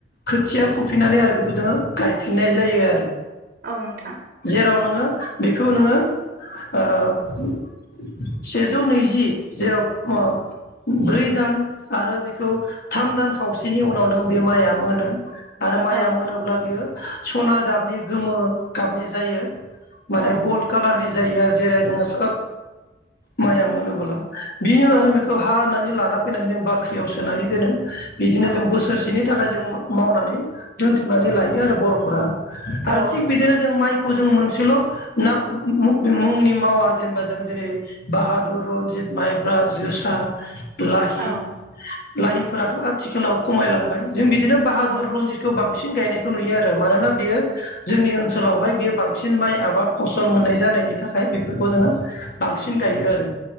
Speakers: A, on the left; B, on the right.
A: खोथिया फुफिनानै आरो बेखौ जोङो गायफिननाय जायो आरो
B: औ नोंथां
A: जेराव नोङो बेखौ नोङो ओ सेजौ नैजि जेराव ओ ब्रै दान आरो बेखौ थाम दान खावसेनि उनावनो बे माइआ मोनो आरो माइया
B: औ
A: मोनोब्ला बियो सना गाबनि गोमो गाबनि जायो माने
B: औ
A: गलड कालारनि- जायो आरो जेरै नोङो स माइया मोनोबोला बिनि उनाव
B: औ
A: जों बेखौ हा होनना- लाना फैनानै जों बाख्रियाव सोनानै दोनो बिदिनो जों
B: औ
A: बोसोरसेनि नि थाखाय जों मावनानै दोन्थुमनानै लायो आरो बर'फोरा आरो
B: औ औ
A: थिग
B: नंगौ
A: बिदिनो जों माइ- खौ जोङो मोनसेल' ना मुं मुंनि मावा जेनेबा जोंङो जेरै बाहादुर रनजित माइ- रा जोसा लाहि
B: औ
A: लाहिफोराथ' आथिखालाव खमायलांबाय जों बिदिनो बाहादुर
B: औ
A: रनजितखौ बां- बांसिन गायनायखौ नुयो आरो मानोना बियो जोंनि ओनसोलावहाय बियो बांसिन माइ आबाद फसल मोननाय जानायनि थाखाय बेफोरखौ जोङो बांसिन गायो आरो